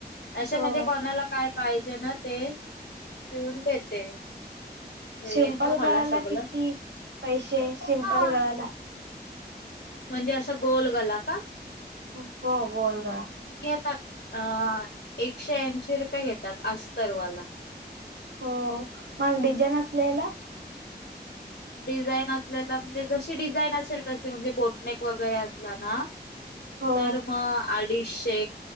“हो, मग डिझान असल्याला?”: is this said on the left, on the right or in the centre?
Right